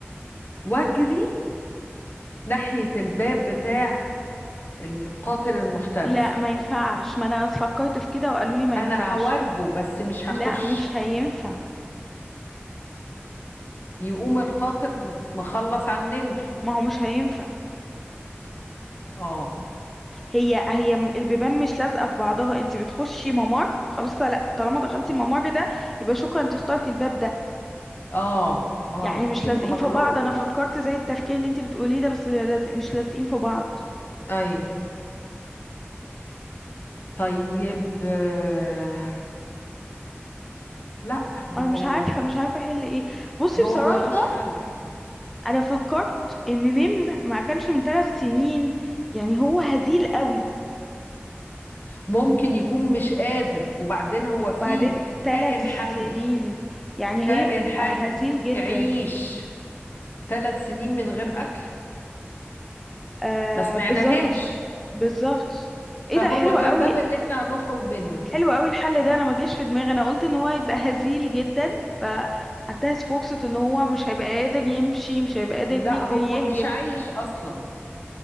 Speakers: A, on the left (about 45°); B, in the centre.
A: واجري ناحية الباب بتاع القاتل المحترف
B: لا ما ينفعش ما انا فكرت في كده وقالوا لي ما
A: انا
B: ينفعش
A: هواربه بس مش هخش
B: لا مش هينفع
A: يقوم القاطر مت- مخلص على النمر
B: ما هو مش هينفع
A: اه
B: هي هي م- البيبان مش لازقه في بعضها انت بتخشي ممر خلاص لا طالما دخلتي الممر ده يبقى شكرا انت اخترتي الباب ده
A: اه اه
B: يعني مش
A: في
B: لازقين
A: ممرات
B: في بعض انا فكرت زي التفكير اللي انت بتقوليه ده بس لازق مش لازقين في بعض
A: اي طيب آه، لا ما
B: انا
A: هو
B: مش عارفه مش عارفه احل ايه بصي
A: هو
B: بصراحه
A: ملوش حل
B: انا فكرت ان نمر ما اكلش من ثلاث سنين يعني هو هزيل قوي
A: ممكن يكون مش قادر وبعدين هو فيه
B: بعدين ثلاث
A: كائن
B: سنين
A: حي
B: يعني
A: كائن
B: هيبقى
A: حي
B: هزيل جدا
A: يعيش ثلاث سنين من غير اكل
B: آه
A: ما سمعناهاش
B: بالظبط بالظبط ايه
A: فهو
B: ده حلو
A: ده
B: قوي
A: الباب اللي احنا هنخرج منه
B: حلو قوي الحل ده انا ما جاش في دماغي انا قلت ان هو هيبقى هزيل جدا فهنتهز فرصة ان هو مش هيبقى قادر يمشي مش هيبقى قادر
A: لا
B: يجري
A: هو
B: يهجم
A: مش عايش اصلا